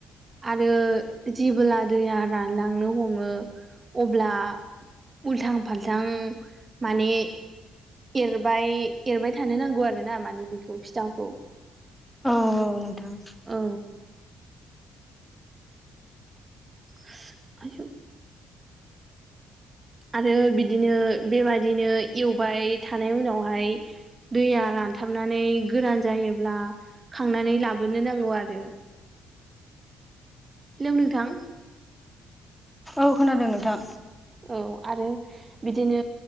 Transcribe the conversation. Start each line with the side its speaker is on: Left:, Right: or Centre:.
Right: आरो जेबोला दैया रानलांनो हमो अब्ला उल्थां फाल्थां माने एरबाय एरबाय थानो नांगौ आरो ना माने बेखौ फिथाखौ
Centre: औ नोंथां
Right: औ <unintelligible> आरो बिदिनो बेबादिनो एवबाय थानाय उनावहाय दैया रानथाबनानै गोरान जायोब्ला खांनानै लाबोनो नांगौ आरो हेलौ नोंथां
Centre: औ खोनादों नोंथां
Right: औ आरो बिदिनो